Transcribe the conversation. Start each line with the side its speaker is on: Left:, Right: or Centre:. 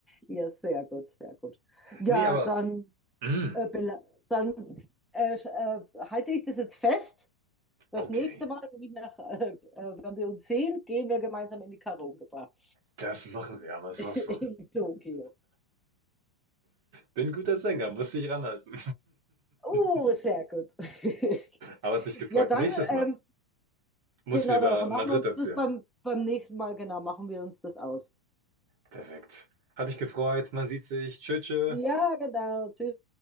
Centre: Ja, sehr gut, sehr gut. Ja,
Right: Nee, aber,
Centre: dann,
Right: mm,
Centre: äh, bela- dann äh, sch- äh, halte ich das jetzt fest. Das
Right: okay,
Centre: nächste Mal, wenn, ich nach, äh, äh, wenn wir uns sehen, gehen wir gemeinsam in die Karaoke-Bar
Right: das machen wir, aber sowas
Centre: <laughs>
Right: von.
Centre: in Tokio.
Right: Bin ein guter Sänger, muss dich ranhalten.
Centre: Oh,
Right: <laughs>
Centre: sehr gut. <laughs>
Right: Aber hat mich gefreut.
Centre: Ja, dann,
Right: Nächstes
Centre: ähm,
Right: Mal muss
Centre: genau,
Right: mir über
Centre: dann machen
Right: Madrid
Centre: wir uns
Right: erzählen.
Centre: das beim, beim nächsten Mal, genau, machen wir uns das aus.
Right: Perfekt. Hat mich gefreut. Man sieht sich. Tschö, tschö.
Centre: Ja, genau, tschüss.